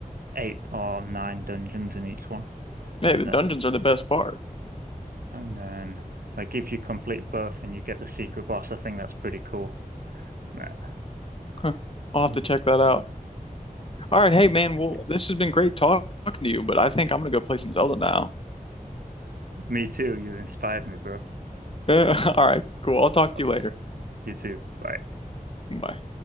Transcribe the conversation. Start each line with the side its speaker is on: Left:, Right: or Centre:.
Right: eight or nine dungeons in each one,
Left: Hey,
Right: and
Left: the
Right: then
Left: dungeons are the best part.
Right: and then like if you complete both and you get the secret boss, I think that's pretty cool. Yeah.
Left: Huh. I'll
Right: And
Left: have to
Right: you,
Left: check that out. All right, hey man, well,
Right: yeah.
Left: this has been great talk- talking to you, but I think I'm gonna go play some Zelda now. <laughs>
Right: Me too. You inspired me, bro.
Left: Yeah. All right, cool. I'll talk
Right: Okay.
Left: to you later.
Right: You too. Bye.
Left: Bye.